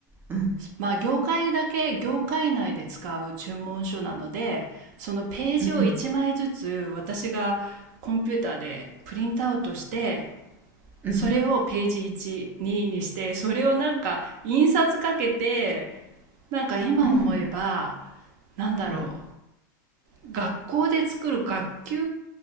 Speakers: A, on the right (about 20°); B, on the right (about 60°).
A: うん
B: まあ、業界だけ業界内で使う注文書なのでそのページを1枚ずつ私がコンピューターでプリントアウトして
A: うんうん
B: それをページ12ににしてそれをなんか印刷かけてなんか今思えば
A: うんうん
B: なんだろ
A: うん
B: う学校で作る学級